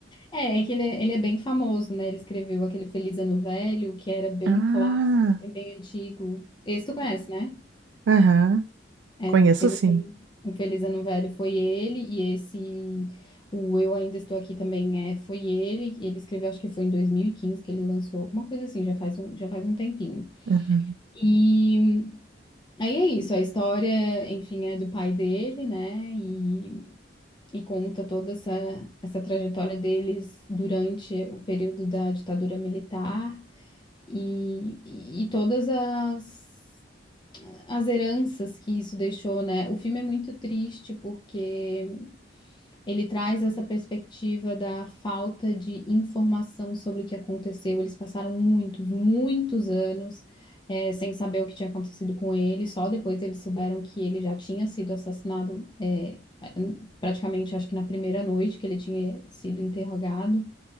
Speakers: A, on the left (about 25°); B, on the right (about 80°).
A: É, é que ele é, ele é bem famoso, né? Ele escreveu aquele Feliz Ano Velho, que era bem
B: Ah,
A: clássico, assim, bem antigo. Esse tu conhece, né?
B: Aham,
A: É,
B: Conheço
A: o Feliz
B: sim.
A: Ano, o Feliz Ano Velho foi ele, e esse, o Eu Ainda Estou Aqui também é, foi ele. Ele escreveu, acho que foi em 2015 que ele lançou, alguma coisa assim, já faz um, já faz um tempinho.
B: Aham.
A: E aí é isso, a história, enfim, é do pai dele, né? E, e conta toda essa, essa trajetória deles durante o período da ditadura militar. e, e todas as, as heranças que isso deixou, né? O filme é muito triste porque ele traz essa perspectiva da falta de informação sobre o que aconteceu. Eles passaram muitos, muitos anos. eh, sem saber o que tinha acontecido com ele, só depois eles souberam que ele já tinha sido assassinado, eh, praticamente acho que na primeira noite que ele tinha sido interrogado.